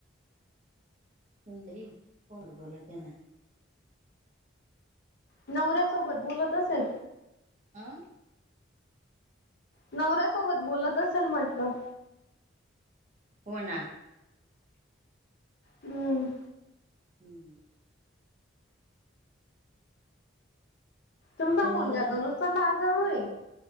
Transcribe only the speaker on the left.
नवऱ्यासोबत बोलत असेल.
नवऱ्यासोबत बोलत असेल म्हटलं.
हम्म.
तुमचा
मुलगा
त नुसता लाजाळूए.